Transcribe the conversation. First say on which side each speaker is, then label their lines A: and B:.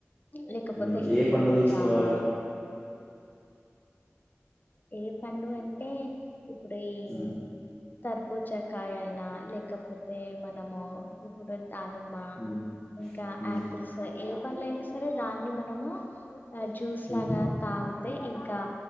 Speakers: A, on the left; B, on the left.
A: లేక్ కపోతే
B: ఉమ్,
A: ఇంట్లోనే
B: ఏ పండు తీసుకోవాలి
A: జావా ఏ పండు అంటే ఇప్పుడు ఈ
B: ఉమ్,
A: తర్బుజ కాయ అయిన లేకపోతే మనము ఇప్పుడు దానిమ్మ ఆ
B: ఉమ్,
A: ఇంక
B: ఉమ్,
A: ఆపిల్స్ ఏ పండ్లూ అయిన సరే దాన్ని మనము జ్యూస్ లాగ
B: ఉమ్,
A: తాగుతే ఇంకా